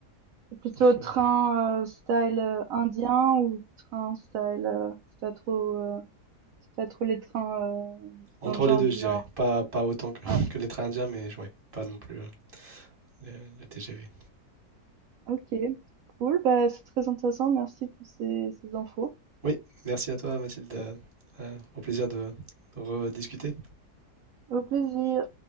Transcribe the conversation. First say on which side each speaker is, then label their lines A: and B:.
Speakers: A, on the right; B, on the right.
A: C'est plutôt
B: il faut
A: train, heu, style, heu, indien ou train style, heu, c'est pas trop, heu, c'est pas trop les trains, heu,
B: entre
A: dans le genre
B: les deux,
A: du
B: je dirais.
A: Nord?
B: Pas, pas autant que,
A: Ah,
B: <laughs> que les trains indiens, mais ouais, pas non plus euh, le, le TGV.
A: OK, cool, bah, c'est très intéressant, merci pour ces ces infos.
B: Oui, merci à toi Mathilde. Euh, au plaisir de rediscuter.
A: Au plaisir.